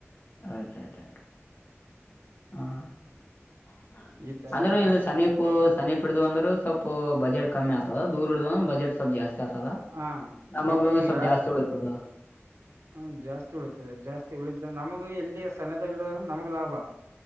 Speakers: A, on the left (about 40°); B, on the right (about 80°).
A: ಆಟ್ಟ್ ಆು ಹ <unintelligible>
B: ಈ ತರ
A: ಅಲ್ಲೆ ರೇಲ್ಲಿ ಸನೀಪ್- ಸನೀಪ್ ಹಿಡ್ದು ಅಂದ್ರರು ಸ್ವಲ್ಪ ಬಜೆಟ್ ಕಮ್ಮಿ ಆಗ್ ತದ ದೂರ್ ಹಡಿದ ಬಜೆಟ್ ಸ್ವಲ್ಪ ಜಾಸ್ತಿ ಆತದ
B: ಹ
A: ನಮಗು
B: ಫೋಟೋ ನೀ
A: ಸ್ವಲ್ಪ
B: ಯಾ
A: ಜಾಸ್ತಿ ಉಳಿತದ.
B: ಹ್ಮ ಜಾಸ್ತಿ ಉಳಿತದೆ ಜಾಸ್ತಿ ಉಳಿದ ನಮಗು ಎಲ್ಲಿ ಸನ್ನದ ಗಿಡದ ನಮಗ್ ಲಾಭ.